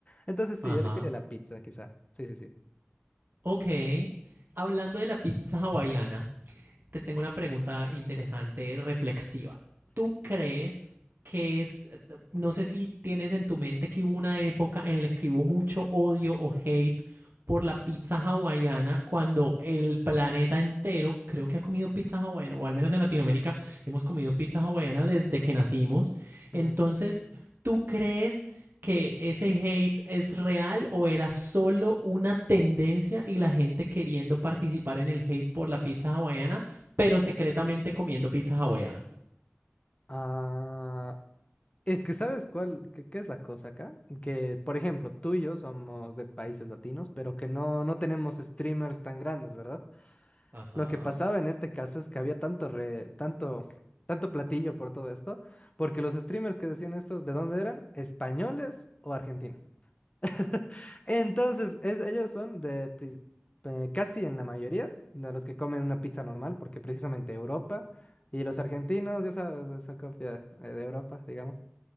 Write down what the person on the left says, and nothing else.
Entonces sí,
yo elegiría la pizza, quizá. Sí, sí, sí.
Mm.
Ah, Es que sabes cuál, qué, qué es la cosa acá? Que, por ejemplo, tú y yo somos de países latinos, pero que no, no tenemos streamers tan grandes, ¿verdad?
Lo que pasaba en este caso es que había tanto, re- tanto, tanto platillo por todo esto, porque los streamers que decían estos, ¿de dónde eran? ¿Españoles o argentinos? <laughs> Entonces, es- ellos son de pri- eh, casi en la mayoría de los que comen una pizza normal, porque precisamente Europa y los argentinos, ya sabes, esa copia eh, de Europa, digamos.